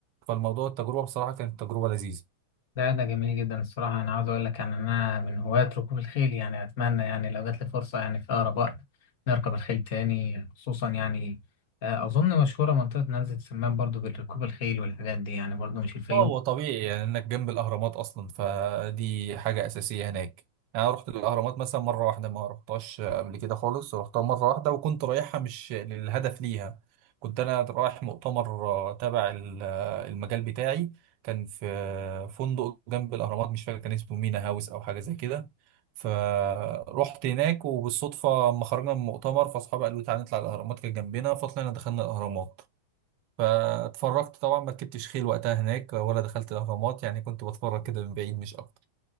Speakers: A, on the right; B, on the left.
A: فالموضوع التجربة بصراحة كانت تجربة لذيذة
B: ده ده جميل جدا الصراحة أنا عاوز أقول لك يعني أنا من هواة ركوب الخيل يعني أتمنى يعني لو جات لي فرصة يعني في أقرب وقت نركب الخيل تاني خصوصا يعني آه، أظن مشهورة منطقة نزلة سمان برضو بركوب الخيل والحاجات دي يعني برضو مش الفيوم
A: اه هو طبيعي يعني انك جنب الاهرامات اصلا فدي حاجه اساسيه هناك يعني انا رحت الاهرامات مثلا مره واحده ما رحتهاش قبل كده خالص رحتها مره واحده وكنت رايحها مش للهدف ليها كنت انا رايح مؤتمر آه، تبع ال- آه، المجال بتاعي كان في آه، فندق جنب الاهرامات مش فاكر كان اسمه مينا هاوس او حاجه زي كده فرحت هناك وبالصدفه اما خرجنا من المؤتمر فاصحابي قالوا تعالى نطلع الاهرامات كانت جنبنا فطلعنا دخلنا الاهرامات فاتفرجت طبعا ما ركبتش خيل وقتها هناك ولا دخلت الاهرامات يعني كنت بتفرج كده من بعيد مش اكتر